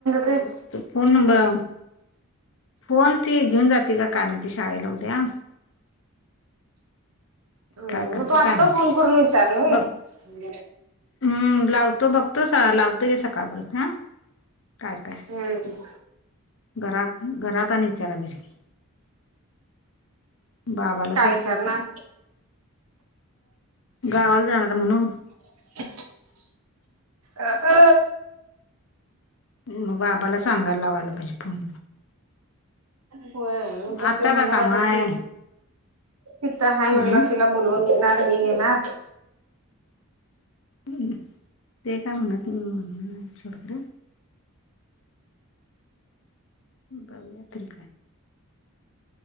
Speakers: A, on the right; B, on the left.
A: ते
B: बरं फोन नंबर फोन ती घेऊन जाते का काय मी त शाळेला उद्या
A: हम्म
B: काय करते
A: मग तू आत्ता
B: काय माहिती.
A: फोन करून विचार मग
B: बघ हम्म लावतो बघतो लावतो ग सकाळपर्यंत हा काय काय
A: हम्म
B: घरात घरात विचारा पाहिजेल की बाबाला
A: काय
B: त्या
A: विचारणार
B: गावाला जाणार म्हणून
A: <inaudible> अ अ
B: मग बाबाला सांगायला लावायला पाहिजे फोन
A: हो तर
B: आता
A: ते म्हणणार
B: काय काम
A: आता
B: आहे
A: की तिथं
B: हम्म
A: हाय म्हणल तिला बोलवून घेणार हे घेणार
B: हम्म ते काय म्हणत मी म्हण सोड खर बघू तरी